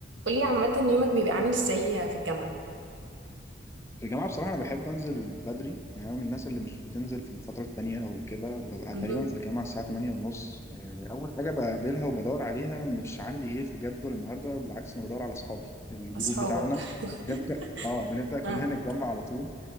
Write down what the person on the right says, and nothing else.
قولي عامة يومك بيبقى عامل ازاي في الجامعة؟
مهم.
أصحابك
<laughs>
آه.